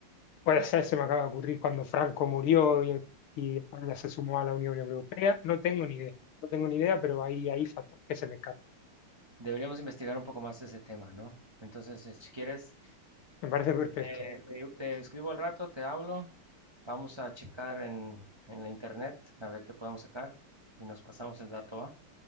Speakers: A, on the left; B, on the right.
A: puede ser, se me acaba de ocurrir, cuando Franco murió y, y España se sumó a la Unión Europea, no tengo ni idea, no tengo ni idea, pero hay, hay factores que se me escapan.
B: Deberíamos investigar un poco más ese tema, ¿no? Entonces, eh, si quieres,
A: Me parece perfecto,
B: te, te- te escribo al rato, te hablo, vamos a checar en, en la internet a ver qué podemos sacar y nos pasamos el dato, ¿va?